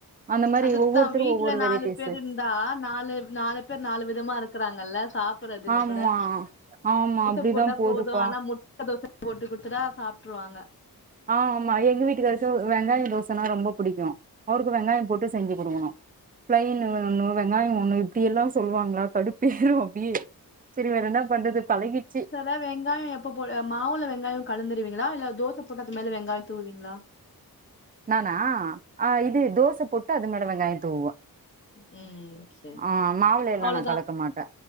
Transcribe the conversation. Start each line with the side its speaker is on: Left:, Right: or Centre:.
Right: அந்த மாரி
Left: அதுதா
Right: ஒவ்வொருத்தரு
Left: வீட்டுல
Right: ஒவ்வொரு
Left: நாலு
Right: வெரைட்டிஸு
Left: பேர் இருந்தா நாலு நாலு பேர் நாலு விதமா இருக்கு க்றாங்கல்ல சாப்பிடடுறது இல்லகூட
Right: ஆமா ஆமா
Left: தோச
Right: அப்டிதா
Left: போட்டா
Right: போதுப்பா
Left: போது ஆனா முட்ட தோச போட்டு கொடுத்துட்டா சாப்பிட்டுருவாங்க
Right: ஆ ஆமா எங்க வீட்டுக்காரக்கு வெங்காய தோசனா ரொம்ப புடிக்கு அவருக்கு வெங்காய போட்டு செஞ்சு குடுக்கணு பிளைனு ஒன்னு வெங்காய ஒன்னு இப்டி எல்லா சொல்லுவாங்களா கடுப் பேரு அப்டியே செரி வேற என்ன பண்றது பழகிச்சு
Left: இல்ல வெங்காயம் எப்போ போட மாவுல வெங்காயம் கலந்துருவீங்களா இல்ல தோச போட்டு அது மேல வெங்காயம் தூவீங்களா
Right: நானா ஆ இது தோச போட்டு அது மேல வெங்காயம் தூவே
Left: ம் சேரி சேரி
Right: ஆ மாவுல எல்லா
Left: அவ்ளோதா
Right: நா கலக்க மாட்டே